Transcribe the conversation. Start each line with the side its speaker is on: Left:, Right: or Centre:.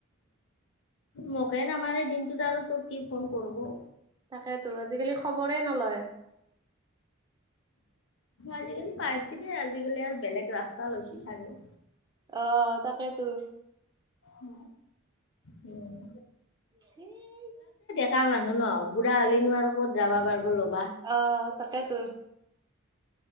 Left: মোকে নামাৰ এই দিনটোত আৰু তোক কি ফোন ক'ৰব
Right: তাকেতো আজিকালি খবৰে নলয়।
Left: আজিকালি পাইছিল দেই আজিকালি আৰু বেলেগ ৰাস্তা লৈছে চাগে।
Right: অ' তাকেই তো।
Left: উ, উম।
Right: হেই
Left: ক মানুহ ন', বুঢ়া হ'লে নো আৰু ক'ত যাব পাৰিব লগ
Right: অ', তাকেতো।